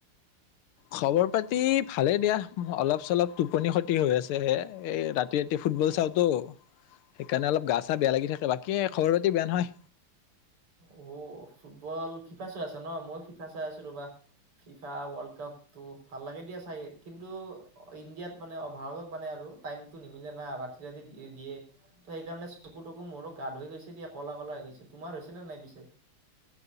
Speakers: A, on the left (about 75°); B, on the right (about 80°).
A: খবৰ পাতি ভালে দিয়া অলপ - চলপ টোপনি ক্ষতি হৈ আছে হে এই ৰাতি - ৰাতি ৰাতি ফুটবল চাওতো সেইকাৰণে অলপ গা চা বেয়া লাগি থাকে বাকী খবৰ পাতি বেয়া নহয়।
B: অ ফুটবল ফিফা চাই আছা ন মই ফিফা চাই আছো ৰবা ফিফা ৱৰ্লড কাপ, তো ভাল লাগে দিয়া চায় কিন্তু ইণ্ডিয়াত মানে ভাৰতত মানে আৰু টাইম- টো নিমিলে না ৰাতি ৰাতি দিয়ে ত সেইকাৰণে চকু তকু মোৰ গাত হৈ গৈছে দিয়া কলা কলা হৈ গৈছে। তোমাৰ হৈছে নে নাই পিছে?